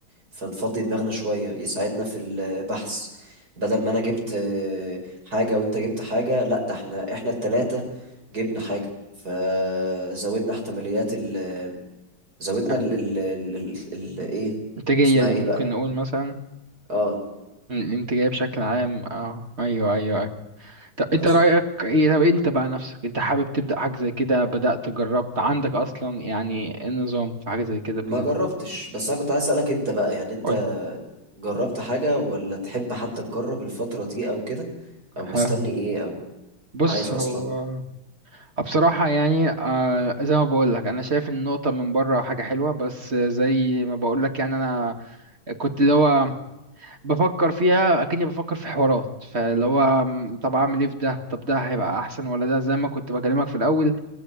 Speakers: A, on the right; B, on the right.
A: فنفضي دماغنا شويه يساعدنا في البحث بدل ما انا جبت آه، حاجه وانت جبت حاجه لا ده احنا احنا التلاته جبنا حاجه فزودنا احتماليات ال... زودنا
B: آه.
A: ال... ال... ال... ال... ال... ايه
B: انتاجيه
A: اسمها
B: دي
A: ايه
B: ممكن
A: بقى
B: نقول مثلا
A: اه
B: مم، الانتاجيه بشكل عام اه ايوه ايوه ايوه طب انت
A: بس
B: رايك ايه طب انت بقى نفسك انت حابب تبدا حاجه زي كده بدات جربت عندك اصلا يعني إيه النظام في حاجه زي كده
A: ما
B: بالنسبه
A: جربتش
B: لي
A: بس انا كنت عايز اسالك انت بقى يعني انت
B: قول
A: جربت حاجه ولا تحب حتى تجرب الفتره دي او كده او مستني
B: ها
A: ايه او
B: بص
A: عايز اصلا
B: هو بصراحة يعني آه، زي ما بقول لك أنا شايف إن النقطة من بره حاجة حلوة بس زي ما بقول لك يعني أنا كنت اللي هو بفكر فيها أكني بفكر في حوارات فاللي هو م، طب أعمل إيه في ده طب ده هيبقى أحسن ولا ده زي ما كنت بكلمك في الأول